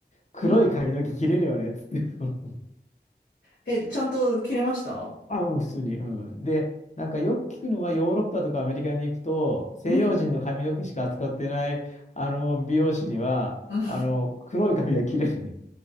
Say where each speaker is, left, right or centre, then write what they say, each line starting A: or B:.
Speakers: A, on the left; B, on the left.
A: 黒い髪の毛切れるよね、
B: うん。
A: つって。<laughs>
B: え、ちゃんと切れました
A: あ、うん、普通に。うん。で、なんかよく聞くのは、ヨーロッパとかアメリカに行くと、西洋人の髪の毛しか扱ってない、
B: うん。
A: あの、美容師には、
B: うん
A: あの、黒い髪が切れるね。